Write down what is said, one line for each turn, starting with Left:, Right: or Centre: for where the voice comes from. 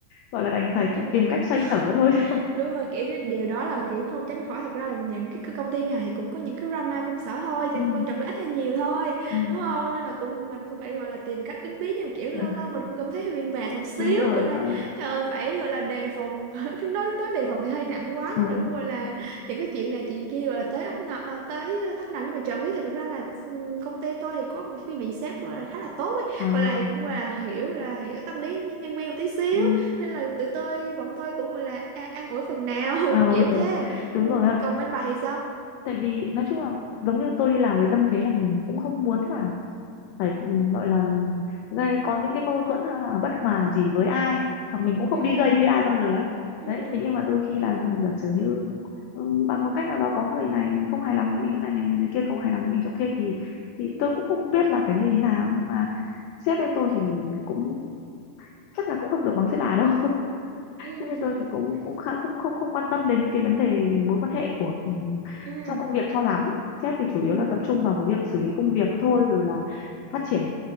Left: gọi là đành phải ki-
Right: Anh-
Left: tìm cách xoay
Right: <laughs>
Left: sở thôi chứ còn
Right: đúng rồi kiểu cái điều đó là kiểu không tránh khỏi thật ra là những cái, công ty nào thì cũng có những cái drama công sở thôi thì
Left: <laughs> ừ,
Right: quan trọng là ít hay nhiều thôi
Left: ừ,
Right: đúng không nên là cũng mình cũng phải gọi là tìm cách ứng biến nhưng mà kiểu lâu
Left: ừ,
Right: lâu mình cũng cảm thấy hơi bị mệt một xíu
Left: đúng rồi
Right: gọi
Left: đó.
Right: là trời ơi, phải gọi là đề phòng <laughs> nói nói đề phòng thì hơi nặng quá
Left: Ờ,
Right: nhưng mà cũng gọi là những cái chuyện này chuyện kia gọi là tới ấp nào ờ, tới tấp nào nhưng mà chẳng biết thật ra là ừ, công ty tôi thì có một cái vị sếp gọi là khá là tốt ấy
Left: à,
Right: gọi là cũng gọi là hiểu là hiểu tâm lý nhân viên một tí xíu
Left: ừ,
Right: nên là tụi tôi bọn tôi cũng gọi là an, an ủi phần nào <laughs>
Left: ờ,
Right: kiểu thế
Left: đúng
Right: ừ,
Left: rồi ạ
Right: còn bên bà thì sao
Left: tại vì nói chung là giống như tôi đi làm với tâm thế là mình cũng không muốn là phải ừ, gọi là gây có những cái mâu thuẫn hay là bất hòa gì với ai hoặc mình cũng không
Right: ừ
Left: đi gây với ai bao giờ ấy.
Right: ừ
Left: đấy
Right: đúng
Left: thế nhưng
Right: rồi
Left: mà đôi khi là giả sử như ừ, bằng một cách nào đó có người này không hài lòng với mình chỗ này người, người kia không hài lòng với mình chỗ kia thì thì
Right: ừ
Left: tôi cũng không biết là phải như thế nào nhưng mà sếp bên tôi thì cũng chắc là cũng không được bằng sếp bà đâu
Right: ừ
Left: Thế bên
Right: hử,
Left: tôi thì cũng
Right: ừ
Left: cũng khá không không không quan tâm đến cái vấn đề mối quan hệ của ừ,
Right: ừ
Left: trong công việc cho lắm. Sếp thì chủ yếu
Right: ừ
Left: là tập trung vào cái việc xử lý công việc thôi rồi là phát triển